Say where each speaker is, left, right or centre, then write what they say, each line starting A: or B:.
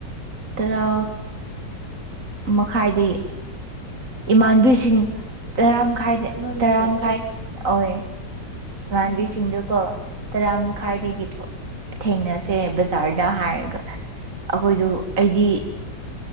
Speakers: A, on the right (about 50°); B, on the right (about 65°).
A: ꯇꯔꯥ ꯃꯈꯥꯏꯗꯒꯤ ꯏꯃꯥꯟꯕꯤꯁꯤꯡ ꯇꯔꯥꯃꯥꯏꯗ
B: ꯉꯜꯂꯦ
A: ꯇꯔꯥ ꯃꯈꯥꯏ ꯑꯣꯏ ꯏꯃꯥꯟꯕꯤꯁꯤꯡꯗꯨ
B: ꯑꯥ
A: ꯀꯣ ꯇꯔꯥ ꯃꯈꯥꯏꯗꯒꯤ
B: ꯑꯥ
A: ꯊꯣꯛ ꯊꯦꯡꯅꯁꯦ ꯕꯖꯥꯔꯗ ꯍꯥꯏꯔꯒ ꯑꯩꯈꯣꯏꯗꯨ ꯑꯩꯗꯤ